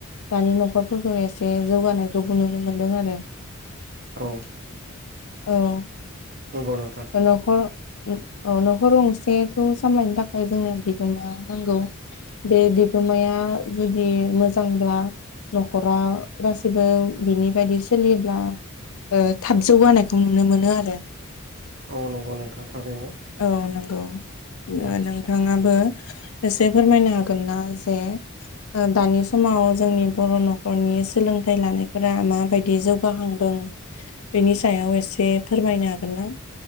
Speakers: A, on the left; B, on the right.
A: दानि न'खरफोरखौ एसे जौगानायखौबो नुनो मोनदों आरो।
B: औ
A: औ
B: नंगौ नों
A: ओ न'खर उम अ न'खर गंसेखौ सामलायनो थाखाय जोंनो बिगोमा नांगौ। बे बिगोमाया जुदि मोजांब्ला न'खरा गासिबो बिनि बायदि सोलियोब्ला ओ थाब जौगानायखौ नुनो मोनो आरो।
B: औ नंगौ नोंथां थारैनो
A: औ नंगौ
B: उम
A: ओ नों थाङाबो एसे फोरमायनो हागोन ना जे ओ दानि समाव जोंनि बर' नखरनि सोलोंथाइ लानायफोरा माबायदि जौगाखांदों बेनि सायाव एसे फोरमायनो हागोन ना?